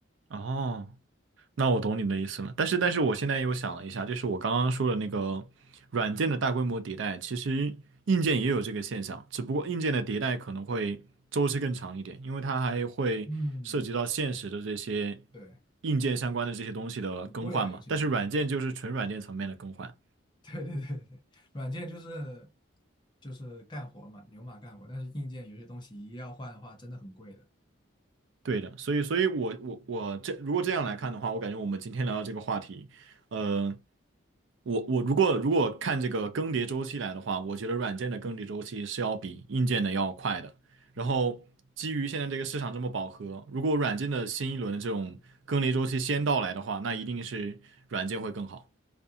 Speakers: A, on the right (about 75°); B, on the left (about 25°).
A: 哦。那我懂你的意思了，但是但是我现在又想了一下，就是我刚刚说的那个软件的大规模迭代，其实硬件也有这个现象，只不过硬件的迭代可能会周期更长一点，因为它还会涉及到现实的这些
B: 嗯，对，
A: 硬件相关的这些东西的更换嘛。
B: 很贵啊，有些东西。
A: 但是软件就是纯软件层面的更换。
B: <laughs> 对对对对，软件就是就是干活嘛，牛马干活，但是硬件有些东西一要换的话，真的很贵的。
A: 对的，所以，所以我我我这如果这样来看的话，我感觉我们今天聊的这个话题，呃，我我如果如果看这个更迭周期来的话，我觉得软件的更迭周期是要比硬件的要快的。然后基于现在这个市场这么饱和，
B: 嗯，
A: 如果软件的新一轮的这种更迭周期先到来的话，那一定是软件会更好。